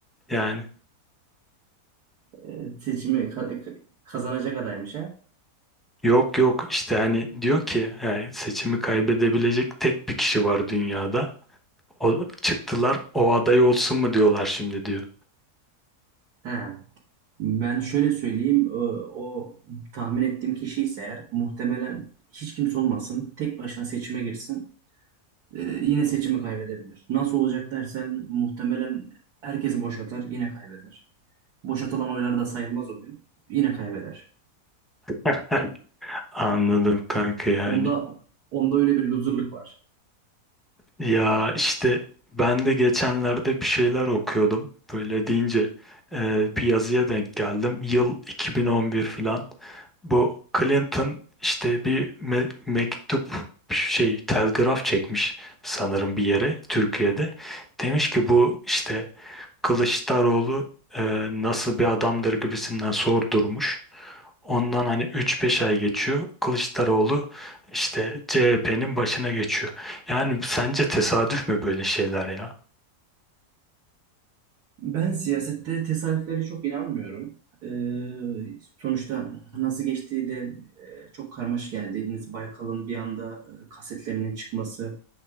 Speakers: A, in the centre; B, on the right.
A: Yani
B: Ee, seçimi ka- kazanacak adaymış ha?
A: Yok yok işte hani diyor ki yani seçimi kaybedebilecek tek bir kişi var dünyada. O çıktılar o aday olsun mu diyorlar şimdi diyor.
B: Ha. Ben şöyle söyleyeyim, o, o tahmin ettiğim kişi ise eğer muhtemelen hiç kimse olmasın, tek başına seçime girsin, Ee, yine seçimi kaybedebilir. Nasıl olacak dersen muhtemelen herkes boşatar, yine kaybeder. Boşatılan oylar da sayılmaz o gün, yine kaybeder.
A: <laughs> Anladım kanka yani.
B: Onda onda öyle bir loserlık var.
A: Ya işte ben de geçenlerde bir şeyler okuyordum. Böyle deyince e, bir yazıya denk geldim. Yıl 2011 filan. Bu Clinton işte bir me- mektup şey telgraf çekmiş sanırım bir yere Türkiye'de. Demiş ki bu işte Kılıçdaroğlu e, nasıl bir adamdır gibisinden sordurmuş. Ondan hani üç beş ay geçiyor. Kılıçdaroğlu işte CHP'nin başına geçiyor. Yani sence tesadüf mü böyle şeyler ya?
B: Ben siyasette tesadüflere çok inanmıyorum. Ee, sonuçta nasıl geçtiği de e, çok karmaşık yani Deniz Baykal'ın bir anda e, kasetlerinin çıkması,